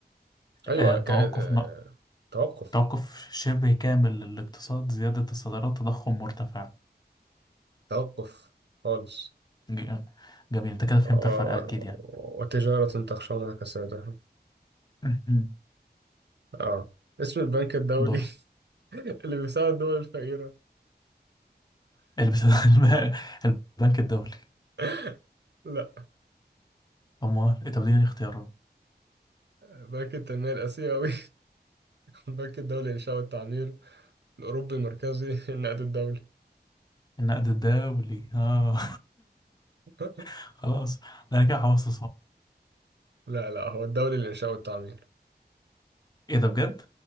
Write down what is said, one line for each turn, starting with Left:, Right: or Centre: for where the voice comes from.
Right: أيوه
Left: آه، توقف
Right: ك... آه...
Left: ن...
Right: توقف
Left: توقف شبه كامل للاقتصاد زيادة الصادرات تضخم مرتفع
Right: توقف خالص
Left: ج- جميل أنت كده فهمت
Right: و... و-
Left: الفرق أكيد يعني
Right: وتجارة تخشون كسادها
Left: <clears throat>
Right: آه اسم البنك الدولي
Left: <laughs> دور
Right: <laughs> اللي بيساعد الدول الفقيرة
Left: اللي بس... <laughs> البنك الدولي
Right: <laughs> لا
Left: أموال إيه، طب دي يعني اختيارات
Right: بنك التنمية الآسيوي البنك الدولي للإنشاء والتعمير الأوروبي المركزي <laughs> النقد الدولي
Left: النقد الدولي آه
Right: <laughs>
Left: <laughs> خلاص ده انا كده خلاص
Right: لا لا هو الدولي للإنشاء والتعمير
Left: ايه ده بجد؟